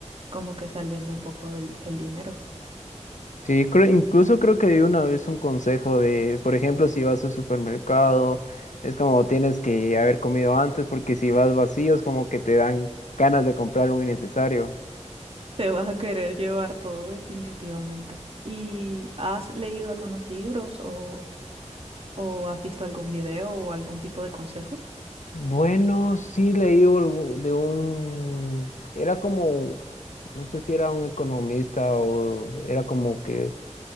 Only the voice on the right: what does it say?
como que saliendo un poco el, el dinero.
Te vas a querer llevar todo definitivamente. ¿Y has leído algunos libros o, o has visto algún video o algún tipo de consejo?